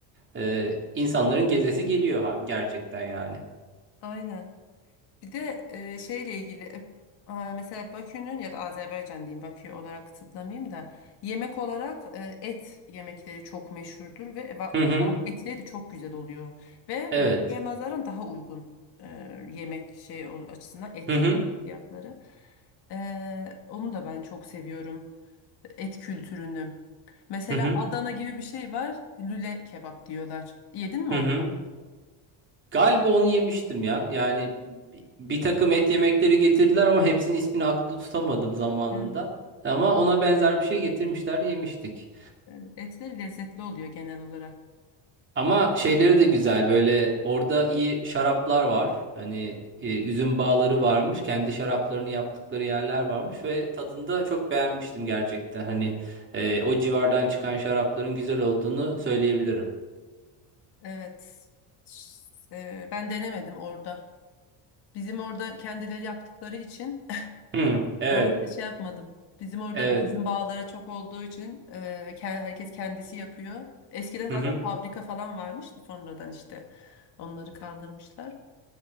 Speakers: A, on the right; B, on the left.
A: Ee, insanların gezesi geliyor ha- gerçekten yani.
B: Aynen. Bir de e, şeyle ilgili e, e, mesela Bakü'nün ya da Azerbaycan diyeyim Bakü olarak kısıtlamayayım da yemek olarak e, et yemekleri çok meşhurdur ve va-
A: Hı hı.
B: etleri de çok güzel oluyor. Ve
A: Evet.
B: buraya nazaran daha uygun e, yemek şey ol- açısından et
A: Hı hı.
B: fiyatları. E, onu da ben çok seviyorum et kültürünü. Mesela
A: Hı hı.
B: Adana gibi bir şey var lüle kebap diyorlar. Yedin mi
A: Hı
B: onu?
A: hı. Galiba onu yemiştim ya. Yani bi- bir takım et yemekleri getirdiler ama hepsinin ismini aklımda tutamadım zamanında.
B: Evet.
A: Ama ona benzer bir şey getirmişler, yemiştik.
B: Evet, Etleri lezzetli oluyor genel olarak.
A: Ama şeyleri de güzel böyle orada iyi şaraplar var. Hani e, üzüm bağları varmış. Kendi şaraplarını yaptıkları yerler varmış ve tadında çok beğenmiştim gerçekten. Hani e, o civardan çıkan şarapların güzel olduğunu söyleyebilirim.
B: Evet. Ş- e, ben denemedim orada. Bizim orada kendileri yaptıkları için <laughs>
A: Hı, evet,
B: orada şey yapmadım. Bizim orada
A: evet.
B: da üzüm bağları çok olduğu için e, ke- herkes kendisi yapıyor. Eskiden zaten
A: Hı hı.
B: fabrika falan varmıştı sonradan işte onları kaldırmışlar.